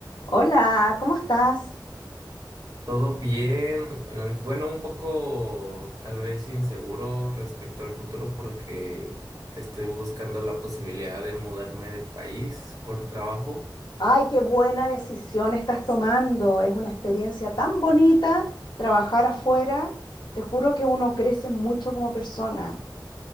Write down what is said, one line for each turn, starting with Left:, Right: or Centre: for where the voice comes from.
Left: Hola, ¿cómo estás?
Right: Todo bien, eh, bueno, un poco tal vez inseguro respecto al futuro porque estoy buscando la posibilidad de mudarme de país por trabajo.
Left: Ay, qué buena decisión estás tomando. Es una experiencia tan bonita trabajar afuera. Te juro que uno crece mucho como persona.